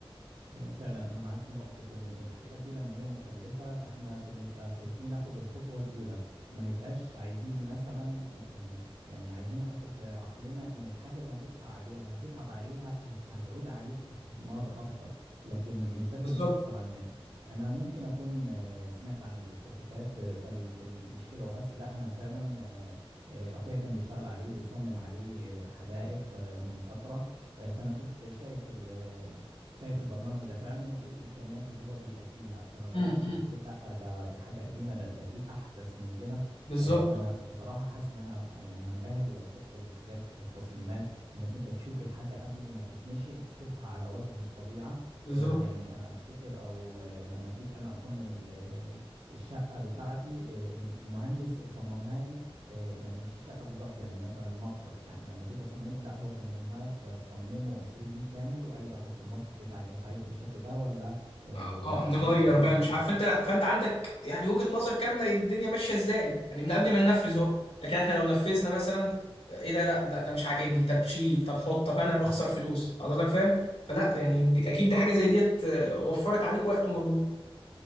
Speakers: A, on the right; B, on the left.
A: آه، فعلا انا معاك في نقطة ان الحاجات دي لما هي مكلفة فاحنا بنبقى خايفين ناخد الخطوة الاولى ما نبقاش عايزين مثلا آه، يعني يعني عايزين نحط في عقلنا ان الحاجة اللي هتدفع عليها وهتتعب عليها هت هتعود عليك باستثمار افضل لكن مش ده اللي
B: بالظبط
A: بيحصل عندنا انا ممكن اكون آه، سمعت عن الاوتوكاد آه، بل, بل مش كده وبس لا انا فعلا آه، آه، اخويا كان بيشتغل عليه وبيصمم عليه آه، حدائق آه، من فترة آه، فانا كنت شايف ال- شايف البرنامج ده فعلا وايه الامكانيات اللي هو بيأديها فما بالك
B: امم
A: انت بتقول لا ده دي حاجه قديمه ده ده في احدث من كده
B: بالظبط
A: آه، فانا بصراحه حاسس ان انا يعني هنبهر لو شفت الحاجات والتصميمات انك انت تشوف الحاجه قبل ما تتمشي تشوفها على وجه الطبيعه
B: بالظبط
A: آه، يعني انا افتكر او آه، لما جيت انا اصمم ال- آه، الشقه بتاعتي آه، المهندس صممها لي آه، يعني مش الشقه بالظبط يعني مثلا المطبخ يعني لما جيت اصممه لا هو صممه صممه 3 دي كامل وقال لي اهو المطبخ بتاعك انت عايزه بالشكل ده ولا آه،
B: اه
A: ولا
B: آه، نغير
A: عايز تغير
B: بقى
A: فيه
B: مش
A: حاجه
B: عارف انت فانت عندك يعني وجهة نظر كاملة الدنيا ماشية ازاي يعني من قبل ما ننفذ اهو لكن احنا لو نفذنا مثلا آه، ايه ده لا لا ده مش عاجبني طب شيل طب حط طب انا بخسر فلوس حضرتك فاهم فلا يعني دي اكيد دي حاجة زي ديت آه، وفرت عليك وقت ومجهود